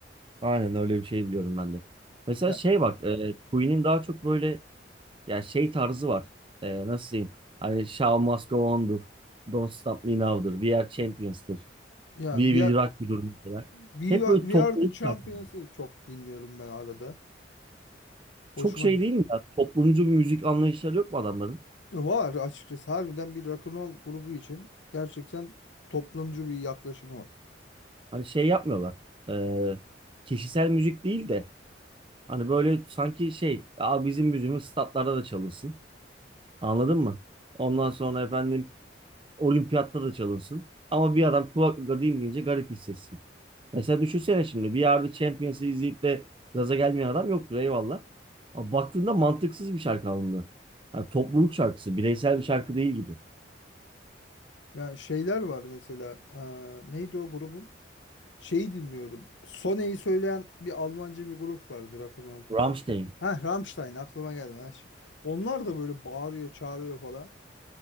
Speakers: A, on the right; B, on the left.
A: Aynen öyle bir şey biliyorum ben de. Mesela
B: Ya
A: şey bak. e, Queen'in daha çok böyle ya şey tarzı var. E, nasıl diyeyim? Hani Show Must Go On'dur. Don't Stop Me Now'dur. We Are Champions'tır.
B: ya
A: We
B: We
A: Will
B: Are,
A: Rock You'dur mesela.
B: We
A: Hep
B: Are,
A: böyle
B: We
A: toplayıp
B: Are the Champions'ı
A: şarkı.
B: çok dinliyorum ben arada. Hoşuma
A: Çok şey
B: gi-
A: değil mi ya? Toplumcu bir müzik anlayışları yok mu adamların?
B: var açıkçası. Harbiden bir rock'n'roll grubu için gerçekten toplumcu bir yaklaşımı var.
A: Hani şey yapmıyorlar. Ee, kişisel müzik değil de hani böyle sanki şey, Aa, bizim müziğimiz statlarda da çalınsın. Anladın mı? Ondan sonra efendim olimpiyatta da çalınsın. Ama bir adam kulaklıkla dinleyince garip hissetsin. Mesela düşünsene şimdi bir yerde Champions'ı izleyip de gaza gelmeyen adam yoktur eyvallah. Ama baktığında mantıksız bir şarkı alındı. Yani topluluk şarkısı, bireysel bir şarkı değil gibi.
B: Yani şeyler var mesela. eee, neydi o grubun? Şeyi dinliyorum. Sone'yi söyleyen bir Almanca bir grup vardı rock'n'rollcu.
A: Rammstein.
B: Ha Rammstein aklıma geldi. Ha, şimdi- Onlar da böyle bağırıyor, çağırıyor falan.